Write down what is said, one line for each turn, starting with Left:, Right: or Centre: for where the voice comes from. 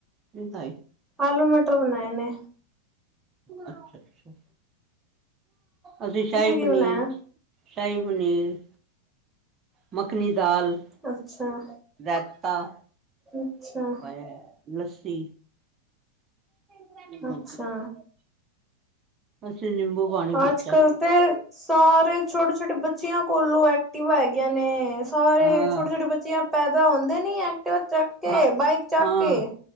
Right: ਨਹੀਂ ਖਾਈ
Centre: ਆਲੂ ਮਟਰ ਬਨਾਏ ਨੇ
Right: ਅੱਛਾ-ਅੱਛਾ ਅਸੀ
Centre: ਤੁਸੀਂ
Right: ਸ਼ਾਈ
Centre: ਕੀ
Right: ਪਨੀਰ
Centre: ਬਣਾਇਆ
Right: ਸ਼ਾਈ ਪਨੀਰ, ਮੱਖਣੀ ਦਾਲ
Centre: ਅੱਛਾ
Right: ਰੈਤਾ,
Centre: ਅੱਛਾ
Right: ਪਾਯਾ ਲੱਸੀ <unintelligible>
Centre: ਅੱਛਾ
Right: ਅੱਸੀਂ ਨਿੰਬੂ ਪਾਣੀ
Centre: ਆੱਜ-ਕੱਲ
Right: ਪੀਤਾ
Centre: ਤੇ ਸਾਰੇ ਛੋਟੇ-ਛੋਟੇ ਬੱਚਿਆਂ ਕੋਲੋ ਐਕਟਿਵਾ ਹੈਗੀਆਂ ਨੇ। ਸਾਰੇ
Right: ਹਾਂ,
Centre: ਛੋਟੇ-ਛੋਟੇ ਬੱਚੇਆ, ਪੈਂਦਾ ਹੁੰਦੇ ਨੀ ਐਕਟਿਵਾ ਤੱਕ ਕੇ,
Right: ਹਾਂ,
Centre: ਬਾਈਕ ਚੱਕ
Right: ਹਾਂ।
Centre: ਕੇ।